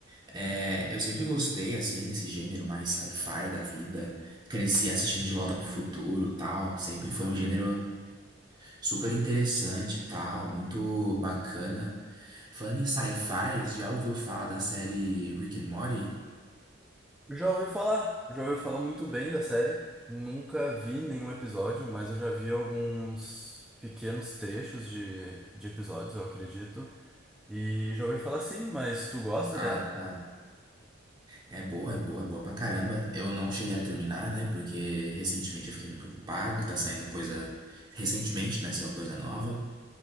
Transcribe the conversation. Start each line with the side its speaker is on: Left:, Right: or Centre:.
Right: É, eu sempre gostei, assim, desse gênero mais sci-fi da vida. Cresci assistindo De Volta pro Futuro, tal. Sempre foi um gênero super interessante, tal, muito bacana. Falando em sci-fi, já ouviu falar da série Rick and Morty?
Centre: Já ouvi falar, já ouvi falar muito bem da série. Nunca vi nenhum episódio, mas eu já vi alguns pequenos trechos de, de episódios, eu acredito. E já ouvi falar sim, mas tu gosta
Right: Ah,
Centre: dela?
Right: tá. É boa, é boa, é boa pra caramba. Eu não cheguei a terminar, né? Porque recentemente eu fiquei muito ocupado e tá saindo coisa. Recentemente, né? Saiu coisa nova.